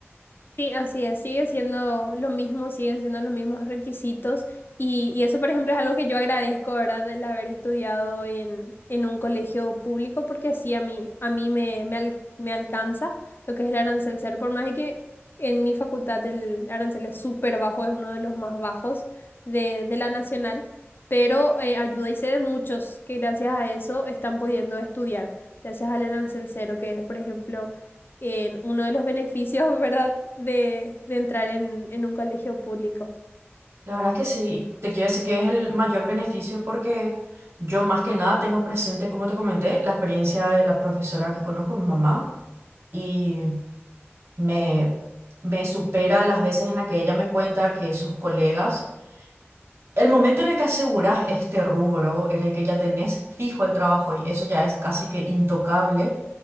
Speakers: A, on the left (about 50°); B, on the right (about 65°).
A: Sí, así es, sigue siendo lo mismo, siguen siendo los mismos requisitos y, y eso, por ejemplo, es algo que yo agradezco, ¿verdad?, del haber estudiado en, en un colegio público porque así a mí, a mí me, me, al- me alcanza lo que es el arancel cero, por más de que en mi facultad el arancel es súper bajo, es uno de los más bajos de, de la nacional, pero eh, ayuda y sé de muchos que gracias a eso están pudiendo estudiar, gracias al arancel cero, que es, por ejemplo en uno de los beneficios, ¿verdad?, de, de entrar en, en un colegio público.
B: La verdad que sí, te quiero decir que es el mayor beneficio porque yo más que nada tengo presente, como te comenté, la experiencia de la profesora que conozco, mi mamá, y me, me supera las veces en las que ella me cuenta que sus colegas, el momento en el que aseguras este rubro, en el que ya tenés fijo el trabajo y eso ya es casi que intocable,